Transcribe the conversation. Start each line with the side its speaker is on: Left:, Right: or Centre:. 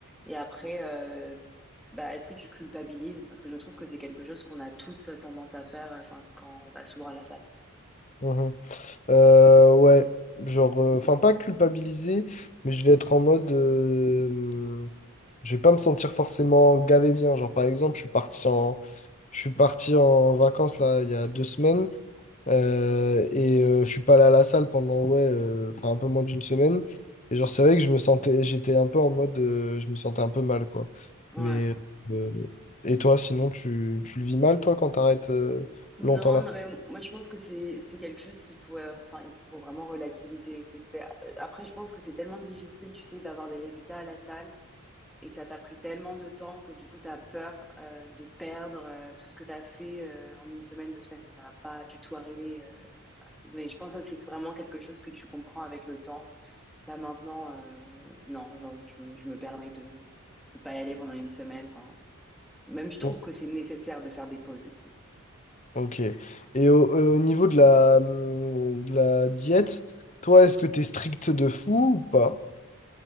Centre: et après, euh, bah, est-ce que tu culpabilises? Parce que je trouve que c'est quelque chose qu'on a tous euh, tendance à faire, euh, enfin quand on va souvent à la salle.
Left: Mhm. Euh, ouais, genre, euh, enfin, pas culpabiliser, mais je vais être en mode. euh, je vais pas me sentir forcément gavé bien. Genre, par exemple, je suis parti en, je suis parti en vacances là, il y a deux semaines euh, et euh, je suis pas allé à la salle pendant, ouais, euh, enfin, un peu moins d'une semaine. Et genre, c'est vrai que je me sentais, j'étais un peu en mode. euh, je me sentais un peu mal, quoi.
Centre: Ouais.
Left: Mais. euh, et toi, sinon, tu, tu le vis mal, toi, quand t'arrêtes euh,
Centre: Non,
Left: longtemps
Centre: non, mais moi je pense que c'est c'est quelque chose qu'il faut, euh, enfin il faut vraiment relativiser. C'est, après je pense que c'est tellement difficile, tu sais, d'avoir des résultats à la salle et ça t'a pris tellement de temps que du coup t'as peur euh, de perdre euh, tout ce que t'as fait euh, en une semaine, deux semaines. Mais ça va pas du tout arriver. euh. Mais je pense que ça, c'est vraiment quelque chose que tu comprends avec le temps. Là maintenant, euh, non, genre, je, me- je me permets de de pas y aller pendant une semaine. Enfin, même je trouve
Left: là?
Centre: que c'est nécessaire de faire des pauses aussi.
Left: Ok. Et au, euh, au niveau de la, hum, de la diète, toi, est-ce que t'es strict de fou ou pas?